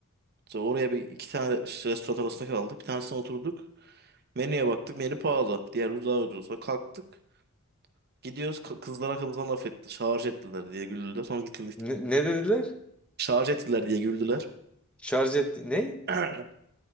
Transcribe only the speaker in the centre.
Ne, ne dediler?
Şarj etti. Ne?